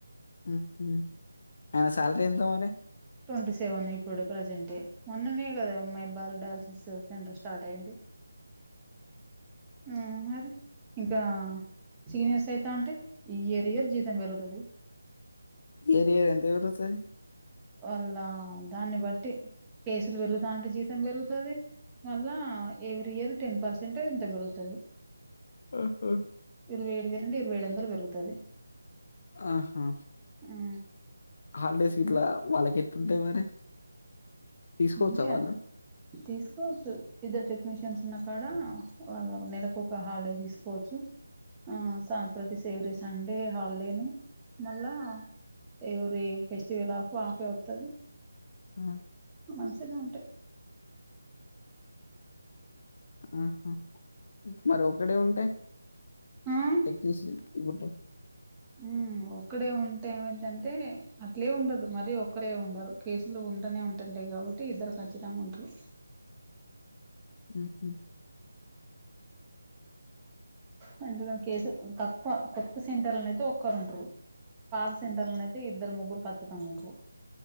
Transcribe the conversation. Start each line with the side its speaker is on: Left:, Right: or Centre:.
Left: హ్మ్ హ్మ్ ఆయన శాలరీ ఎంత మరి
Right: ట్వంటీ సెవెన్ ఇప్పుడు ప్రజెంటే మొన్ననే కద అమ్మాయి బ్బర్ డయాలసిస్ టెండర్ స్టార్ట్ అయింది హ్మ్ మ్ మది ఇంకా చికినేస్ అయి తాంటే ఇయర్ ఇయర్ జీతం పెరుగు అది
Left: ఏరియర్ ఎంత ఇరుతుది
Right: వాళ్ళ దాన్ని బట్టి కేసులు పెరుగుతా అంటే జీతం పెరుగుతుది. మళ్ళా ఎవరీ ఇయర్ టెన్ పర్సెంట్ ఇంత పెరుగుతుది.
Left: ఆహ
Right: ఇరవై ఏడు వేలు అంటే ఏడువందలు పెరుగుతాది
Left: ఆహా
Right: ఊ
Left: హాలిడేస్ ఇట్లా వాళ్ళకి ఎట్టుంటాయి మరి తీసుకోవచ్చా
Right: అంటే
Left: వాళ్ళ
Right: తీసుకోవచ్చు ఇద్దరు టెక్నీషియన్స్ ఉన్నా కాడ వాళ్ళ నెలకు ఒక హాలిడే తీసు పోచ్చు ఆ స ప్రతి ఎవ్రీ సండే హాలిడే ని మళ్ళా ఎవరి ఫెస్టివల్ ఆఫ్ ఆఫే వత్తాది
Left: ఆ
Right: మంచిగానె ఉంటాయి
Left: ఆహా మరొకడే ఉంటే
Right: ఆ
Left: టెక్నిషయన్ ఈ బుట్
Right: ఊ ఒక్కడే ఉంటే ఏమయిదంటే అట్లే ఉండదు. మరీ ఒక్కడే ఉండరు కేసులు ఉంటూనే ఉంటుంటాయి. కాబట్టి ఇద్దరు ఖచ్చితంగా ఉంటారు.
Left: ఉహు
Right: అ అంటుధన్ కేసు తక్కువ కొత్త సెంటర్న అయితే ఒక్కరు ఉండరు. పాత సెంటర్లను అయితే ఇద్దరు ముగ్గురు కచ్చితంగా ఉండరు